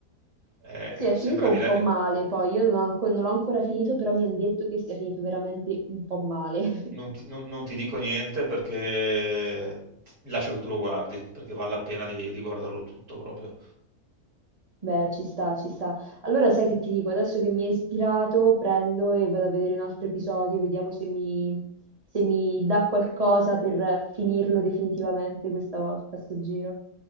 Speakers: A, on the right (about 85°); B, on the right (about 25°).
A: eh,
B: Sì, è
A: sembra
B: finito un
A: di... le-
B: po' male, poi io non ho anco- non l'ho ancora finito, però mi hanno detto che sia finito veramente un po' male. <laughs>
A: Non ti, non- non ti dico niente perché ti- lascio che tu lo guardi, perché vale la pena di di guardarlo tutto proprio.
B: Beh, ci sta, ci sta. Allora sai che ti dico, adesso che mi hai ispirato, prendo e vado a vedere un altro episodio, vediamo se mi, se mi dà qualcosa per finirlo definitivamente questa volta, sto giro.